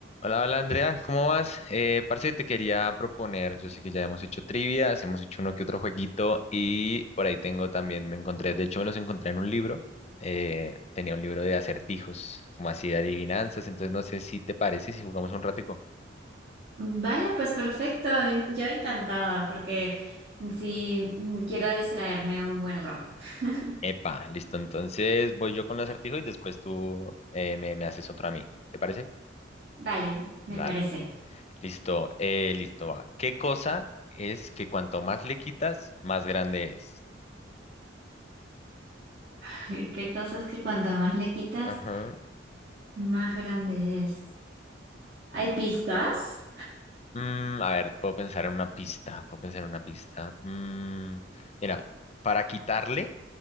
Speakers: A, on the left; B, on the right.
A: Hola, hola Andrea, ¿cómo vas? Eh, parce, te quería proponer, yo sé que ya hemos hecho trivias, hemos hecho uno que otro jueguito y por ahí tengo también, me encontré, de hecho me los encontré en un libro, eh, tenía un libro de acertijos, como así de adivinanzas, entonces no sé si te parece si jugamos un ratico.
B: Vale, pues perfecto. a mí- Yo encantada porque sí mm, quiero distraerme un buen rato. <laughs>
A: Epa, listo, entonces voy yo con el acertijo y después tú eh, me, me haces otro a mí, ¿te parece?
B: Vale, me
A: Dale,
B: parece.
A: listo, eh, listo, va. ¿Qué cosa es que cuanto más le quitas, más grande es?
B: <laughs> Qué cosas que cuanto más le quitas,
A: Ajá.
B: más grande es. ¿Hay pistas?
A: Mm, a ver, puedo pensar en una pista, puedo pensar en una pista. Mm, mira, para quitarle